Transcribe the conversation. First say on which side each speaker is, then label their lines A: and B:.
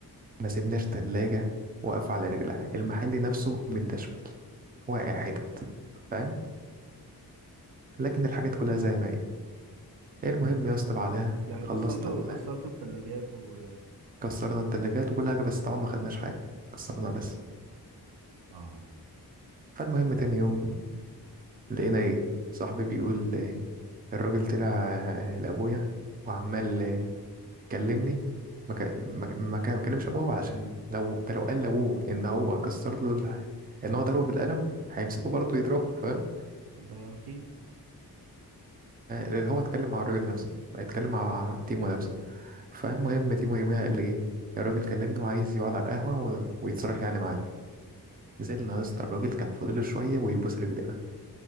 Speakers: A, on the right; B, on the right.
A: ما سيبناش تلاجة واقفة على رجلها المحل نفسه متدشمل واقع حتت فاهم لكن الحاجات كلها زي ما هي المهم يا اسطى بعدها
B: يعني
A: خلصنا
B: كسرتوا كسرتوا الثلاجات و
A: كسرنا التلاجات وكل حاجة بس طبعا ما خدناش حاجة كسرنا بس
B: اه
A: فالمهم تاني يوم لقينا ايه صاحبي بيقول آه، الراجل طلع آه، لأبويا وعمال آه، كلمني ما كا- ما كا- ما كا- ما كلمش أبوه عشان لو ده لو قال لأبوه إن هو كسر له الع- إن هو ضربه بالقلم هيمسكه برضه يضربه فاهم
B: ده اكيد
A: فهو اتكلم مع الراجل نفسه اتكلم مع تيمو نفسه فالمهم تيمو يوميها قال لي ايه الراجل كلمني وعايز يقعد على القهوة و- ويتصالح يعني معانا نزلنا يا اسطى الراجل كان فاضل شويه ويبوس رجلنا